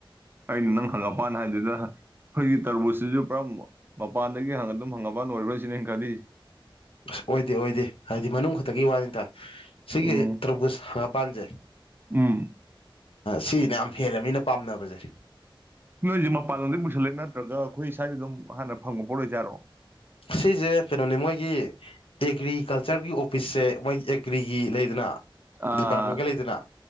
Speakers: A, on the right; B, on the left.
A: ꯑꯩꯅ ꯅꯪ ꯍꯪꯉꯄꯥꯟ ꯍꯥꯏꯗꯨꯗ ꯑꯩꯈꯣꯏꯒꯤ ꯇꯔꯕꯨꯁꯤꯁꯨ ꯄꯨꯔꯥ ꯃꯄꯥꯟꯗꯒꯤ ꯑꯗꯨꯝ ꯍꯪꯉꯄꯥꯟ ꯑꯣꯏꯔꯣꯏꯁꯤꯅꯦ ꯈꯜꯂꯤ
B: ꯑꯁ ꯑꯣꯏꯗꯦ ꯑꯣꯏꯗꯦ ꯍꯥꯏꯗꯤ ꯃꯅꯨꯡ ꯈꯛꯇꯒꯤ ꯋꯥꯅꯤꯇ ꯁꯤꯒꯦ
A: ꯎꯝ
B: ꯇ꯭ꯔꯄꯨ ꯄꯖ
A: ꯎꯝ
B: ꯁꯤꯅ ꯌꯥꯝ ꯍꯦꯜꯂꯦ ꯃꯤꯅ ꯄꯥꯝꯅꯕꯁꯦ
A: ꯅꯣꯏꯁꯦ ꯃꯄꯥꯟ ꯂꯝꯗꯒꯤꯩ ꯄꯨꯁꯜꯂꯛꯦ ꯅꯠꯇ꯭ꯔꯒ ꯑꯩꯈꯣꯏ ꯁ꯭ꯋꯥꯏꯗ ꯑꯗꯨꯝ ꯍꯥꯟꯅ ꯐꯪꯕ ꯄꯠ ꯑꯣꯏꯖꯥꯔꯣ
B: ꯁꯤꯁꯦ ꯀꯩꯅꯣꯅꯤ ꯃꯣꯏꯒꯤ ꯑꯦꯒ꯭ꯔꯤꯀꯜꯆꯔꯒꯤ ꯑꯣꯐꯤꯁꯁꯦ ꯃꯣꯏ ꯑꯦꯒ꯭ꯔꯤꯒꯤ ꯂꯩꯗꯅ
A: ꯑꯥ
B: ꯗꯤꯄꯥꯔꯠꯃꯦꯟꯒ ꯂꯩꯦꯗꯅꯥ